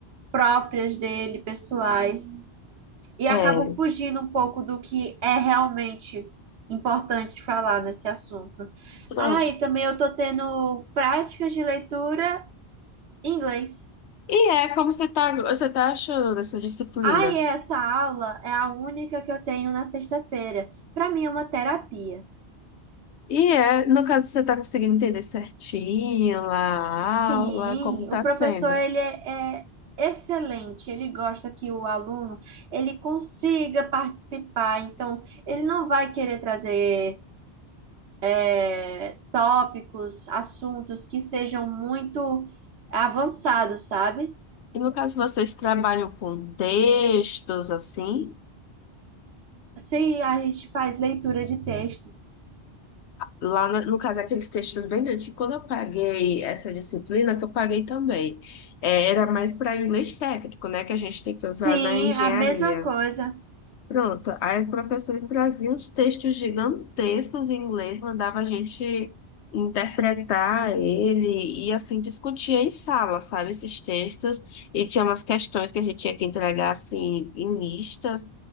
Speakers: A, on the right (about 80°); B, on the left (about 90°).
A: próprias dele, pessoais, e acabam
B: É,
A: fugindo um pouco do que é realmente importante falar nesse assunto.
B: pronto.
A: Ah, e também eu tô tendo práticas de leitura em inglês.
B: E é como você tá, você tá achando dessa disciplina?
A: Ah, e essa aula é a única que eu tenho na sexta-feira. Para mim é uma terapia.
B: E é, no caso, você tá conseguindo entender certinho lá a
A: Sim,
B: aula, como tá
A: o professor
B: sendo?
A: ele é, é excelente, ele gosta que o aluno ele consiga participar, então ele não vai querer trazer é, tópicos, assuntos que sejam muito avançados, sabe?
B: E no caso, vocês trabalham com textos assim?
A: Sim, a gente faz leitura de textos.
B: Lá, no, no caso, aqueles textos bem grandes, que quando eu paguei essa disciplina, que eu paguei também, é, era mais para inglês técnico, né, que a gente tem que usar
A: Sim,
B: na engenharia.
A: a mesma coisa.
B: Pronto, aí o professor trazia uns textos gigantescos em inglês, mandava a gente interpretar ele e assim discutia em sala, sabe, esses textos, e tinha umas questões que a gente tinha que entregar assim em listas.